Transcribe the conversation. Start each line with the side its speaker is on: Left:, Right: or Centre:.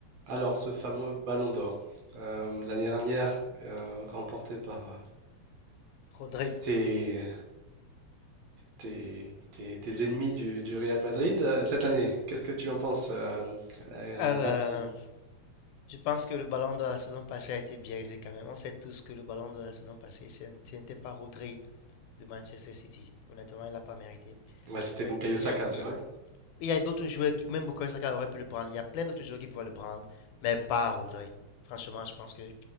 Right: Alors, ce fameux Ballon d'Or, euh, l'année dernière, euh, remporté par euh,
Left: Rodri.
Right: tes, tes, tes- tes ennemis du, du Real Madrid, euh, cette année, qu'est-ce que tu en penses euh, la,
Left: Alors,
Right: la bataille?
Left: je pense que le ballon de la saison passée a été biaisé quand même. On sait tous que le ballon de la saison passée, ce n'était pas Rodri de Manchester City. Honnêtement, il ne l'a pas mérité.
Right: Ouais, c'était
Left: Il y
Right: Bukayo
Left: a, il
Right: Saka,
Left: y a-
Right: c'est
Left: il-
Right: vrai?
Left: il y a d'autres joueurs, qui, même Bukayo Saka aurait pu le prendre. Il y a plein d'autres joueurs qui pouvaient le prendre, mais pas Rodri. Franchement, je pense que